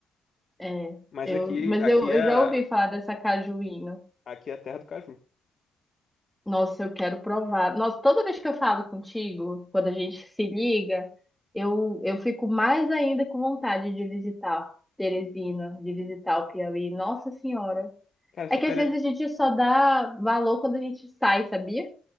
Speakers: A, in the centre; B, on the left.
A: É.
B: Mas
A: Eu,
B: aqui,
A: mas
B: aqui
A: eu, eu
B: é, a-
A: já ouvi falar dessa cajuína.
B: aqui é a terra do caju.
A: Nossa, eu quero provar. Nossa, toda vez que eu falo contigo, quando a gente se liga, eu, eu fico mais ainda com vontade de visitar Teresina, de visitar o Piauí. Nossa Senhora.
B: Cara, se
A: É que
B: ter,
A: às vezes a gente só dá valor quando a gente sai, sabia?